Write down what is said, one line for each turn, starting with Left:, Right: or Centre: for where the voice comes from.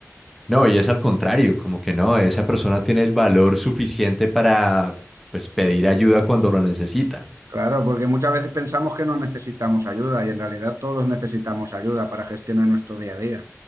Centre: No, y es al contrario, como que no, esa persona tiene el valor suficiente para, pues, pedir ayuda cuando lo necesita.
Right: Claro, porque muchas veces pensamos que no necesitamos ayuda y en realidad todos necesitamos ayuda para gestionar nuestro día a día.